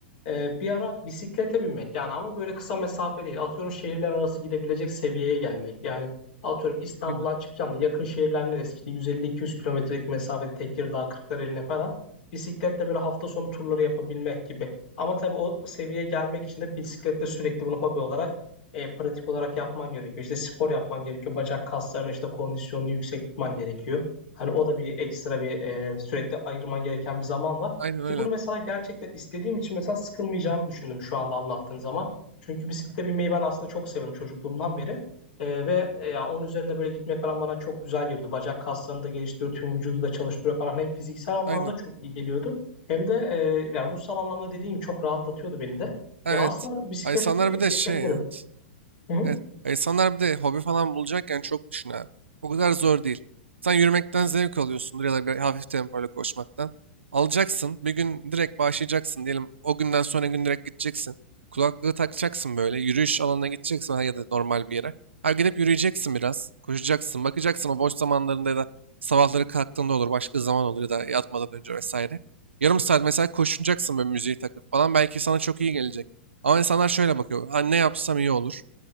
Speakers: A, on the left; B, on the right.
A: Ee, bir ara bisiklete binmek yani ama böyle kısa mesafe değil. Atıyorum şehirler arası gidebilecek seviyeye gelmek. Yani atıyorum İstanbul'dan
B: Aynen.
A: çıkacağım da yakın şehirler neresi işte 150-200 kilometrelik mesafe Tekirdağ, Kırklareli'ne falan. Bisikletle böyle hafta sonu turları yapabilmek gibi. Ama tabii o seviyeye gelmek için de bisikletle sürekli bunu hobi olarak e, pratik olarak yapman gerekiyor. İşte spor yapman gerekiyor. Bacak kaslarını işte kondisyonunu yüksek tutman gerekiyor. Hani o da bir ekstra bir e, sürekli ayırman gereken bir zaman var.
B: Aynen öyle.
A: Ki bunu mesela gerçekten istediğim için mesela sıkılmayacağımı düşündüm şu anda anlattığın zaman. Çünkü bisiklete binmeyi ben aslında çok seviyorum çocukluğumdan beri. E, ve e, ya onun üzerinde böyle gitmek falan bana çok güzel geliyordu. Bacak kaslarını da geliştiriyor, tüm vücudu da çalıştırıyor falan. Hem fiziksel anlamda
B: Aynen.
A: çok iyi geliyordu. Hem de e, yani ruhsal anlamda dediğim gibi çok rahatlatıyordu beni de.
B: Evet.
A: E, aslında bisikleti
B: Ay insanlar
A: e,
B: bir de
A: geçebilirim.
B: şey, evet,
A: Hı hı.
B: Evet. Ya İnsanlar bir de hobi falan bulacakken çok düşün abi. O kadar zor değil. Sen yürümekten zevk alıyorsundur ya da bir hafif tempoyla koşmaktan. Alacaksın. Bir gün direkt başlayacaksın diyelim. O günden sonra gün direkt gideceksin. Kulaklığı takacaksın böyle. Yürüyüş alanına gideceksin ha ya da normal bir yere. Ha gidip yürüyeceksin biraz. Koşacaksın. Bakacaksın o boş zamanlarında ya da sabahları kalktığında olur. Başka zaman olur ya da yatmadan önce vesaire. Yarım saat mesela koşunacaksın böyle müziği takıp falan. Belki sana çok iyi gelecek. Ama insanlar şöyle bakıyor. Ha, ne yapsam iyi olur.